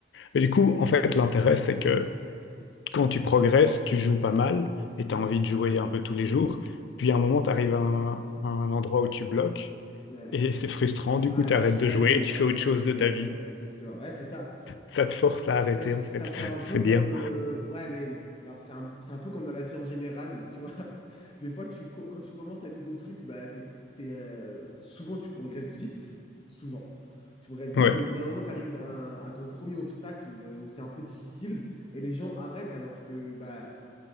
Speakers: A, on the left (about 80°); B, on the left (about 30°).
A: Mais du coup, en fait, l'intérêt, c'est que quand tu progresses, tu joues pas mal et
B: Ouais.
A: tu as envie de jouer un peu tous les jours. Puis à un moment, tu arrives à un à un endroit où tu bloques.
B: Ouais.
A: Et c'est frustrant, du
B: Ouais,
A: coup, tu arrêtes
B: tu stagnes.
A: de jouer et tu
B: Ouais,
A: fais autre
B: t'arrêtes
A: chose
B: déjà.
A: de ta vie.
B: Ouais, exactement. Ouais, c'est ça.
A: Ça te force à arrêter,
B: bah, ça
A: en fait.
B: fait un
A: <laughs>
B: peu
A: C'est
B: comme.
A: bien.
B: euh, Ouais, mais alors c'est un, c'est un peu comme dans la vie en général, tu vois. <laughs> Des fois, tu, co- quand tu commences un nouveau truc, bah, t'es, t'es, euh, souvent tu progresses vite. Souvent. Tu progresses vite,
A: Ouais,
B: mais au bout d'un moment, tu arrives à, un- à ton premier obstacle euh, où c'est un peu difficile et les gens arrêtent alors que bah,